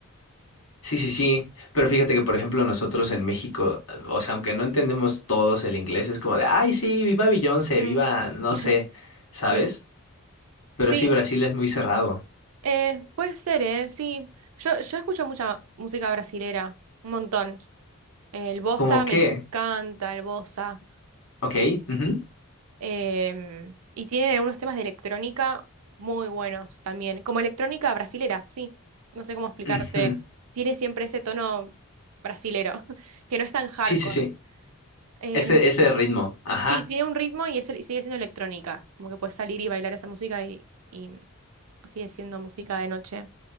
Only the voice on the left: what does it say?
Sí, sí, sí, pero fíjate que por ejemplo nosotros en México, eh, o sea, aunque no entendemos todos el inglés, es como de, ay, sí, viva Beyoncé,
viva, no
sé, ¿sabes?
Pero
sí, Brasil es muy cerrado.
¿como
qué?
Ok, ujú,
ujú.
Sí, sí, sí,
ese, ese ritmo, ajá,